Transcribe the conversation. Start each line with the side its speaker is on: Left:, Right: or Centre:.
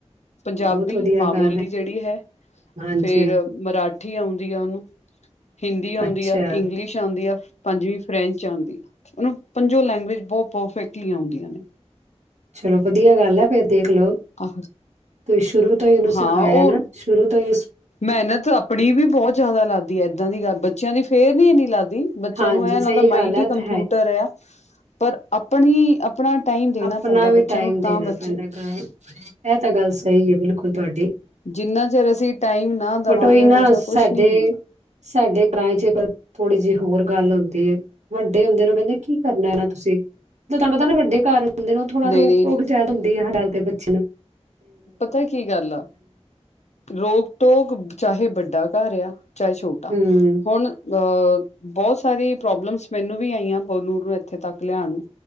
Left: ਪੰਜਾਬੀ
Right: ਬਹੁਤ ਵਧੀਆ
Left: ਮਾਂ
Right: ਗੱਲ
Left: ਬੋਲੀ
Right: ਹੈ
Left: ਜਿਹੜੀ ਹੈ
Right: ਹਾਂਜੀ
Left: ਫੇਰ ਮਰਾ ਠੀ ਆਉਂਦੀ ਆ ਉਹਨੂੰ ਹਿੰਦੀ ਆਉਂਦੀ
Right: ਅੱਛਾ
Left: ਆ, ਇੰਗਲਿਸ਼ ਆਉਂਦੀ ਆ। ਪੰਜਵੀਂ ਫਰੈਂਚ ਆਉਂਦੀ ਆ ਉਹਨੂੰ ਪੰਜੋਂ ਲੈਂਗੁਏਜ ਬਹੁਤ ਪਰਫੈਕਟਲੀ ਆਉਂਦੀਆਂ ਨੇ।
Right: ਚਲੋ ਵਧੀਆ ਗੱਲ ਹੈ ਫੇਰ ਦੇਖ ਲਓ
Left: ਆ
Right: ਤੁਸੀਂ ਸ਼ੁਰੂ ਤੋਂ ਹੀ ਉਹਨੂੰ ਸਿਖਾਇਆ
Left: ਹਾਂ ਉਹ
Right: ਨਾ ਸ਼ੁਰੂ ਤੋਂ ਹੀ ਉਸ
Left: ਮਿਹਨਤ ਆਪਣੀ ਵੀ ਬਹੁਤ ਜ਼ਿਆਦਾ ਲੱਗਦੀ ਹੈ ਇਹਦਾਂ ਦੀ ਗੱਲ ਬੱ ਬੱਚਿਆਂ ਦੀ ਫੇਰ ਨ ਇੰਨੀ ਲੱਗਦੀ। ਬੱਚਿਆਂ
Right: ਹਾਂਜੀ
Left: ਨੂੰ ਇਹ ਇਹਨਾਂ
Right: ਸਹੀ
Left: ਦਾ
Right: ਗੱਲ
Left: ਮਾਈੰਡ
Right: ਹੈ
Left: ਹੀ
Right: ਇਹ ਤਾਂ
Left: ਕੰਪਿਊਟਰ ਹੈ ਪਰ ਅਪ ਉਹੀ ਆਪਣਾ ਟਾਈਮ ਦੇਣਾ
Right: ਆਪਣਾ
Left: ਪੈਂਦਾ
Right: ਵੀ
Left: ਬੱਚਿਆਂ
Right: ਟਾਈਮ
Left: ਨੂੰ ਤਾਂ
Right: ਦੇਣਾ
Left: ਬੱਚੇ
Right: ਪੈਂਦਾ ਗੱਲ ਇਹ ਤਾਂ ਗੱਲ ਸਹੀ ਹੈ ਬਿਲਕੁਲ ਤੁਹਾਡੀ
Left: ਜਿੰਨਾ ਚਿਰ ਅਸੀਂ ਟਾਈਮ ਨਾ ਦੇਵਾਂਗੇ
Right: ਬਟ ਓਹੀ ਨਾ
Left: ਓਨਾ ਚਿਰ
Right: ਸਾਡੇ,
Left: ਕੁਛ ਨਹੀਂ ਹੁੰਦਾ
Right: ਸਾਡੇ <unintelligible> ਪਰ ਥੋੜੀ ਜਿਹੀ ਹੋਰ ਗੱਲ ਹੁੰਦੀ ਹੈ। ਵੱਡੇ ਹੁੰਦੇ ਨੂੰ ਕਹਿੰਦੇ ਕੀ ਕਰਨ ਆਣਾ ਤੁਸੀਂ। ਤੁਹਾਨੂੰ ਪਤਾ ਨਾ ਵੱਡੇ ਘਰ ਹੁੰਦੇ ਨੇ। ਉਹ ਥੋੜ੍ਹ
Left: ਨਹੀਂ
Right: ਰੋਕ-ਟੋਕ
Left: ਨਹੀਂ ਨਹੀਂ
Right: ਜ਼ਿਆਦਾ ਹੁੰਦੀ ਹੈ ਹਰ ਗ ਤੇ ਬੱਚੇ ਨਾ
Left: ਪਤਾ ਕੀ ਗੱਲ ਆ ਰੋਕ-ਟੋਕ ਚਾਹੇ ਵੱਡਾ ਘਰ ਆ ਚਾਹੇ ਛੋਟਾ
Right: ਹੂੰ
Left: ਹੁਣ ਅ, ਬਹੁਤ ਸਾਰੀ ਪ੍ਰੋਬਲਮਸ ਮੈਨੂੰ ਵੀ ਆਈਆਂ ਪਵਨੂਰ ਇੱਥੇ ਤੱਕ ਲਿਆਣ ਨੂੰ।